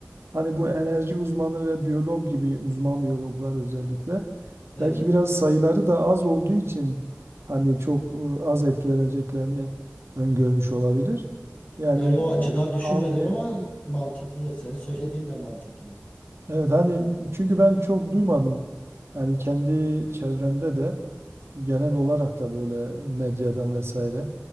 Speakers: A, on the right (about 70°); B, on the left (about 35°).
A: Hani bu enerji uzmanı ve biyolog gibi uzman biyologlar özellikle
B: Evet.
A: belki biraz sayıları da az olduğu için hani çok e, az etkileneceklerini öngörmüş olabilir. Yani
B: Yani o açıdan
A: e,
B: düşünmedim
A: anlı
B: ama mantıklı. Senin söylediğin de mantıklı.
A: evet hani çünkü ben çok duymadım. Yani kendi çevremde de genel olarak da böyle medyadan vesaire